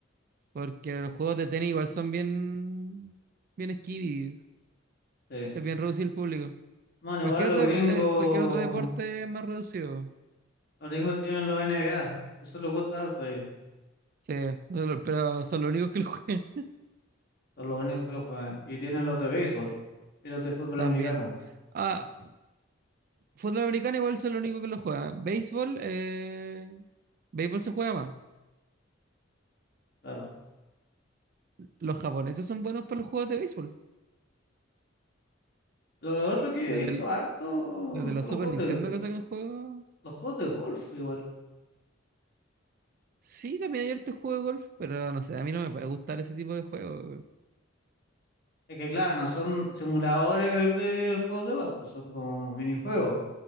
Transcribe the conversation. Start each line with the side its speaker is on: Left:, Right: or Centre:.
Right: Porque los juegos de tenis igual son bien, bien esquivi.
Left: Sí.
Right: Es bien reducido el público.
Left: Bueno,
Right: Cualquier,
Left: igual los
Right: repo-
Left: gringos,
Right: eh, cualquier otro deporte es más reducido.
Left: los gringos tienen los NBA. Eso les gusta harto ellos.
Right: Sí, solo- pero son los únicos que lo juegan
Left: Son los únicos que lo juegan. Y tienen los de béisbol y los de
Right: <laughs>
Left: fútbol
Right: también.
Left: americano,
Right: Ah, fútbol americano igual son los únicos que lo juegan. Béisbol, eh, béisbol se juega más.
Left: claro.
Right: Los japoneses son buenos para los juegos de béisbol.
Left: Lo otro que yo
Right: Desde,
Left: he visto
Right: el-
Left: harto
Right: desde la
Left: son
Right: Super
Left: los juegos
Right: Nintendo
Left: de,
Right: que sacan juegos.
Left: los juegos de golf igual.
Right: Sí, también hay harto juego de golf, pero no sé, a mí no me puede gustar ese tipo de juego.
Left: Es que claro, no son simuladores de juegos de golf, pues son como minijuegos.